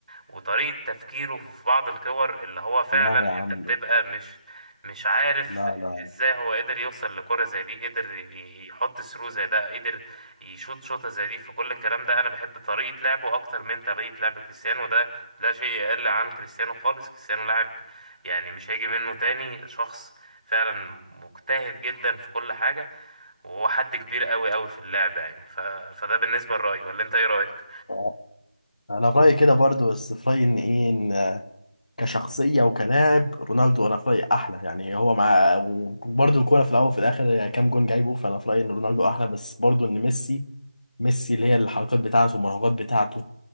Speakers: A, on the right; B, on the left.
A: وطريقة تفكيره في بعض الكور اللي هو فعلا
B: لا يا عم
A: انت بتبقى
B: لا
A: مش مش عارف
B: لا لا
A: ازاي هو قدر يوصل لكرة زي دي قدر ي- يحط ثرو زي ده قدر يشوط شوطة زي دي فكل الكلام ده انا بحب طريقة لعبه اكتر من طريقة لعب كريستيانو ده لا شيء يقل عن كريستيانو خالص كريستيانو لاعب يعني مش هيجي منه تاني شخص فعلا مجتهد جدا في كل حاجة وهو حد كبير قوي قوي في اللعبة يعني ف... فده بالنسبة لرأيي ولا انت ايه رأيك؟
B: لا انا في رايي كده برضو بس في رايي ان ايه كشخصية وكلاعب رونالدو أنا في رأيي أحلى يعني هو مع وبرضه الكورة في الأول وفي الآخر كام جون جايبه فأنا في رأيي إن رونالدو أحلى بس برضه إن ميسي ميسي اللي هي الحركات بتاعته والمراوغات بتاعته